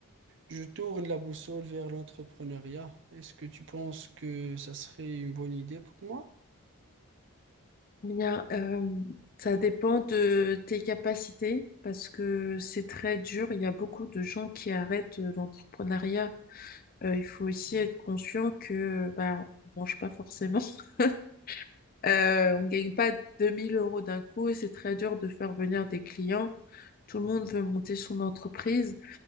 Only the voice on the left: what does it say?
Bien, euh, ça dépend de tes capacités parce que c'est très dur. Il y a beaucoup de gens qui arrêtent euh, l'entrepreneuriat. Euh, il faut aussi être conscient que bah, on mange pas forcément. <laughs> Euh, on gagne pas 2000 euros d'un coup et c'est très dur de faire venir des clients. Tout le monde veut monter son entreprise.